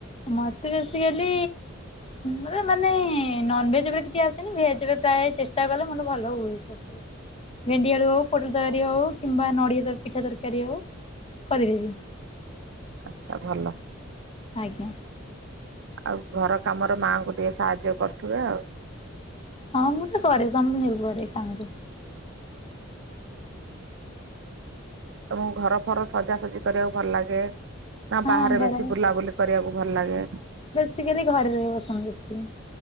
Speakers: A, on the left (about 30°); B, on the right (about 65°).
A: ମତେ ବେସିକାଲି ମ ମାନେ ନ୍ନଭେଜ ଉପରେ କିଛି ଆସେନି ଭେଜରେ ପ୍ରାୟ ଚେଷ୍ଟା ଚେଷ୍ଟା କଲେ ମୋର ଭଲ ହୁଏ ସେଥିରେ। ଭେଣ୍ଡିଆଳୁ ହଉ ପୋଟଳ ତରକାରୀ ହଉ କିମ୍ବା ନଡ଼ିଆ ପିଠା ତରକାରୀ ହଉ କରିଦେବି।
B: ଆଚ୍ଛା ଭଲ।
A: ଆଜ୍ଞା।
B: ଆଉ ଘର କାମରେ ମାଆଙ୍କୁ ଟିକେ ସାହାଯ୍ୟ କରୁଥିବେ ଆଉ।
A: ହଁ ମୁଁ ତ କରେ ସମନ୍ତିକୁ କରେ କାମରେ।
B: ତମକୁ ଘର ଫର ସଜାସଜି କରିବାକୁ ଭଲ ଲାଗେ। ନା
A: ହଁ
B: ବାହାରେ
A: ଘର
B: ବେଶୀ ବୁଲାବୁଲି କରିବାକୁ ଭଲ ଲାଗେ।
A: ସେ ଖାଲି ଘରେ ରବା ପସନ୍ଦ କରେ।